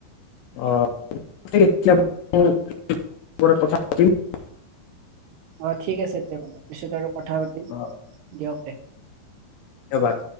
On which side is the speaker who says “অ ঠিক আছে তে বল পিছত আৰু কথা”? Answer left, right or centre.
Right